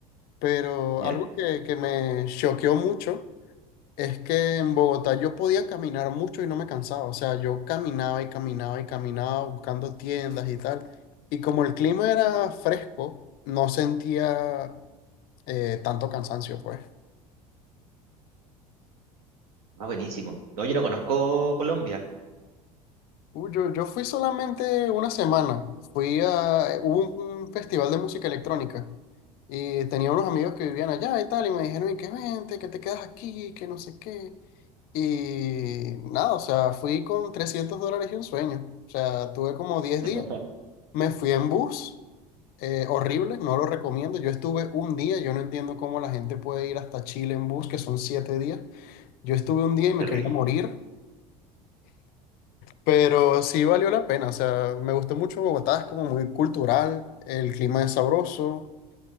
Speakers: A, on the left; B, on the right.
A: Pero
B: Ya.
A: algo que, que me choqueó mucho Es que en Bogotá yo podía caminar mucho y no me cansaba. O sea, yo caminaba y caminaba y caminaba buscando tiendas y tal. Y como el clima era fresco, no sentía eh, tanto cansancio, pues.
B: Ah, buenísimo. No, yo no conozco Colombia.
A: Uh, yo, yo fui solamente una semana. Fui a... eh, Hubo un festival de música electrónica. Y tenía unos amigos que vivían allá y tal. Y me dijeron, y que vente, que te quedas aquí, que no sé qué. Y nada, o sea, fui con 300 dólares y un sueño. O sea, tuve como diez
B: <laughs>
A: días Me fui en bus, eh, horrible, no lo recomiendo. Yo estuve un día, yo no entiendo cómo la gente puede ir hasta Chile en bus, que son siete días. Yo estuve un día y me
B: Terrible.
A: quería morir, pero sí valió la pena. O sea, me gustó mucho Bogotá, es como muy cultural, el clima es sabroso